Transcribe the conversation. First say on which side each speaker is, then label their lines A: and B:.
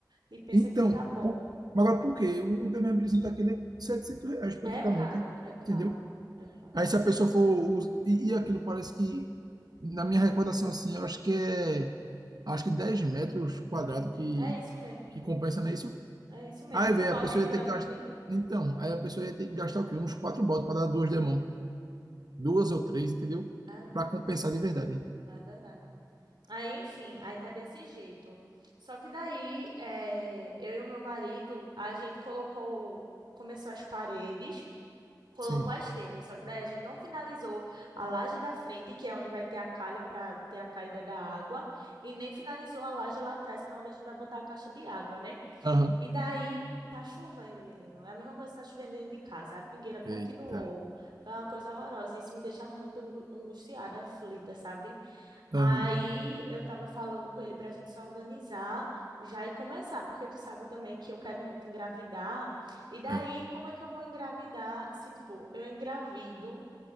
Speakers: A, on the right; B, on the right.
A: E pensa
B: Então,
A: que tá bom.
B: por- mas agora por quê? Um impermeabilizante daquele é R$ reais praticamente,
A: É caro, é caro,
B: entendeu?
A: é caro.
B: Aí se a pessoa for... us- E, e aquilo parece que, na minha recordação, assim, eu acho que é... Acho que 10 metros quadrados que,
A: É isso mesmo,
B: que compensa, não é isso?
A: é isso mesmo.
B: Aí,
A: Do
B: velho,
A: balde
B: a pessoa
A: grande,
B: ia ter que gastar...
A: vi?
B: Então, aí a pessoa ia ter que gastar o quê? Uns 4 botas para dar duas demãos. duas ou três, entendeu?
A: É mesmo,
B: Para compensar de verdade.
A: é verdade. Aí, enfim, aí tá desse jeito. Só que daí, eh, eu e o meu marido, a gente colocou, começou as paredes, colocou
B: Sim.
A: as telhas. Só que daí a gente não finalizou a laje da frente, que é onde vai ter a calha para ter a caída da água, e nem finalizou a laje lá atrás, que é onde a gente vai botar a caixa de água, né?
B: Aham.
A: E daí tá chovendo, menino. É a mesma coisa que tá chovendo dentro de casa. A pingueira continuou.
B: Eita.
A: Tá uma coisa horrorosa. e Isso me deixa muito angu- angustiada, aflita, sabe?
B: Aham.
A: Aí eu tava falando com ele pra gente se organizar já e começar, porque tu sabe também que eu quero muito engravidar. E daí,
B: É,
A: como é que eu vou engravidar se, tipo, eu engravido?